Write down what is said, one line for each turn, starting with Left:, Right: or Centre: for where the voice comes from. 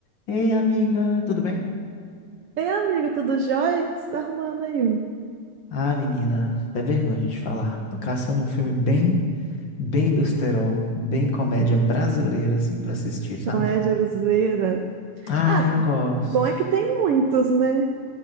Left: Ei, amiga, tudo bem?
Right: Ei, amigo, tudo jóia? O que você tá arrumando aí?
Left: Ah, menina, é vergonha de falar. Tô caçando um filme bem, bem besterol, bem comédia brasileira, assim, pra assistir, sabe?
Right: Comédia brasileira.
Left: Ah,
Right: Ah,
Left: eu gosto.
Right: bom é que tem muitos, né?